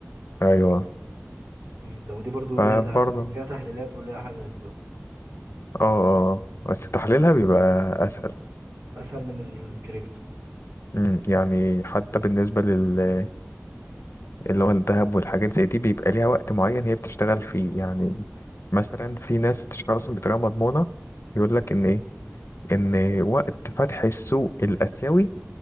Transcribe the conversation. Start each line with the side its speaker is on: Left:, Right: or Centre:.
Left: ايوه
Right: مم. طب ودي برضو
Left: فبرضه
Right: ليها تع...
Left: اه
Right: ليها تحليلات وليها حاجات برضو
Left: اه آه. بس تحليلها بيبقى اسهل
Right: اسهل من الكريبتو
Left: م، يعني حتى بالنسبة لل اللي هو الذهب والحاجات زي دي بيبقى ليها وقت معين هي بتشتغل فيه يعني مثلا في ناس بتشتغل اصلا بطريقة مضمونة يقول لك ان ايه ان وقت فتح السوق الاسيوي